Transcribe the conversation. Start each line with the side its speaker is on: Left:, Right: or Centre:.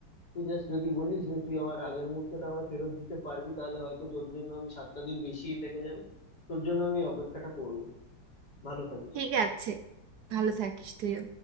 Left: তুই জাস্ট যদি বলিস যে তুই আমার আগের মুহূর্তটা আমায় ফেরত দিতে পারবি তাহলে হয়তো তোর জন্য আমি সাতটা দিন বেশি থেকে যাবো তোর জন্য আমি এই অপেক্ষাটা করবো ভালো থাকিস
Right: ঠিক আছে ভালো থাকিস তুইও